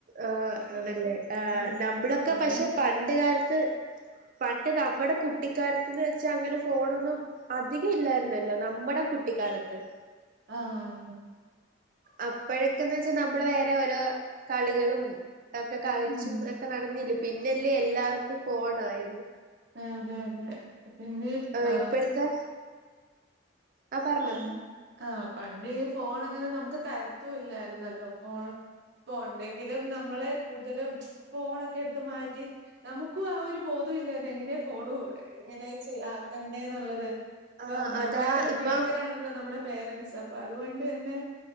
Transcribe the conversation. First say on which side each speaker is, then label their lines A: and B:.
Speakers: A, on the right; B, on the right.
A: ആ ആണല്ലേ ആ
B: ഉം
A: നമ്മളൊക്കെ
B: പിന്നെ
A: പക്ഷെ പണ്ട് കാലത്ത്. പണ്ട് നമ്മുടെ കുട്ടിക്കാലത്ത്ന്ന് വെച്ചാ അങ്ങനെ ഫോണൊന്നും. അധികം ഇല്ലായിരുന്നല്ലോ നമ്മടെ കുട്ടിക്കാലത്ത്
B: ആഹ്
A: അപ്പഴൊക്കെന്ന് വെച്ചാ നമ്മള് വേറെ ഓരോ കളികളും ഒക്കെ കളിച്ചും
B: ഉം
A: അ ക്കെ നടന്നെല്ലിയോ പിന്നല്ലേ എല്ലാവർക്കും ഫോണായത്
B: ആഹ് അതെ അതെ പിന്നെ
A: ആഹ്
B: ആ
A: ഇപ്പഴത്തെ ആഹ് പറഞ്ഞോ
B: പ ആ പണ്ട് ഫോണങ്ങനെ നമുക്ക് തരുത്തു ഇല്ലായിരുന്നല്ലോ ഫോണ് ഇപ്പ ഒണ്ടെങ്കിലും നമ്മള് കൂടുതലും ഫോണൊക്കെ എടുത്ത് മാറ്റി നമുക്കും ആ ഒരു ബോധം ഇല്ലായിരുന്ന് എങ്ങനെയാ ഫോണു എങ്ങനെയ ചെയ്യ ആക്കണ്ടേന്നുള്ളത് ഇപ്പം
A: ആഹ്
B: നമ്മളെക്കാളും
A: അതാ ഇപ്പം
B: മിടി നമ്മടെ പേരൻസാ അപ്പ അതൊണ്ട് തന്നെ